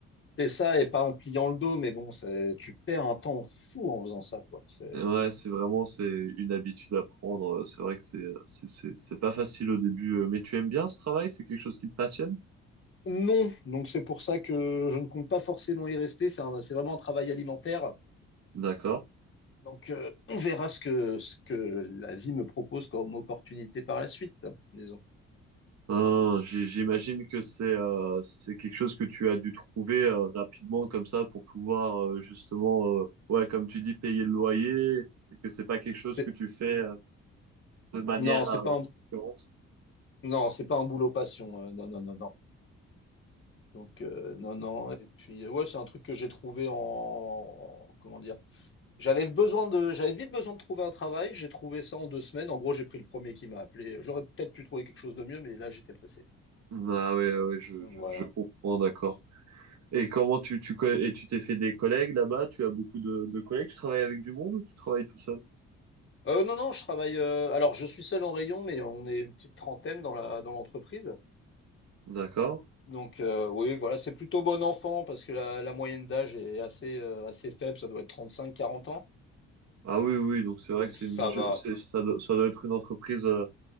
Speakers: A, on the left; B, on the right.
A: C'est ça, et pas en pliant le dos, mais bon, c'est- tu perds un temps fou en faisant ça, quoi. C'est
B: Ouais, c'est vraiment, c'est une habitude à prendre. C'est vrai que c'est, c'est, c'est c'est pas facile au début, euh, mais tu aimes bien ce travail? C'est quelque chose qui te passionne?
A: Non, donc c'est pour ça que je ne compte pas forcément y rester. C'est un- c'est vraiment un travail alimentaire.
B: D'accord.
A: Donc euh, on verra ce que, ce que la vie me propose comme opportunité par la suite, disons.
B: Euh, j- j'imagine que c'est euh, c'est quelque chose que tu as dû trouver euh, rapidement comme ça pour pouvoir euh, justement, euh, ouais, comme tu dis, payer le loyer et que c'est pas quelque chose
A: C'est-
B: que tu fais euh, de manière
A: Non, c'est
B: euh,
A: pas un,
B: récurrente.
A: non, c'est pas un boulot passion. euh, non, non, non, non. Donc euh, non, non. Et puis euh, ouais, c'est un truc que j'ai trouvé en, en- comment dire. J'avais besoin de, j'avais vite besoin de trouver un travail. J'ai trouvé ça en deux semaines. En gros, j'ai pris le premier qui m'a appelé. J'aurais peut-être pu trouver quelque chose de mieux, mais là j'étais pressé.
B: Ah oui, oui, je,
A: Donc
B: je,
A: voilà.
B: je comprends, d'accord. Et comment tu, tu, co- et tu t'es fait des collègues là-bas? Tu as beaucoup de, de collègues? Tu travailles avec du monde ou tu travailles tout seul?
A: Heu, non, non, je travaille, heu, alors je suis seul en rayon, mais on est une petite trentaine dans la dans l'entreprise.
B: D'accord.
A: Donc, heu, oui, voilà, c'est plutôt bon enfant parce que la la moyenne d'âge est assez, heu, assez faible, ça doit être trente cinq quarante ans,
B: Ah oui, oui, oui, donc c'est vrai
A: donc
B: que c'est
A: ça
B: une, je-
A: va.
B: c'est, ça doit, ça doit être une entreprise, euh,